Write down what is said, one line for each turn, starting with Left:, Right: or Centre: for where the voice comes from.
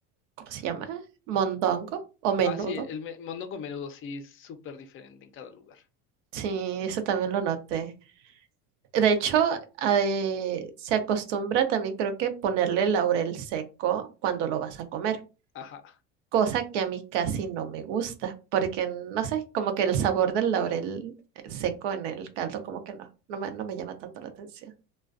Right: ¿cómo se llama? Mondongo o menudo.
Left: ah, sí, el me- mondongo menudo sí es súper diferente en cada lugar.
Right: Sí, eso también lo noté. De hecho, eh, se acostumbra también creo que ponerle laurel seco cuando lo vas a comer.
Left: Ajá.
Right: cosa que a mí casi no me gusta, porque no sé, como que el sabor del laurel eh, seco en el caldo, como que no, no me, no me llama tanto la atención.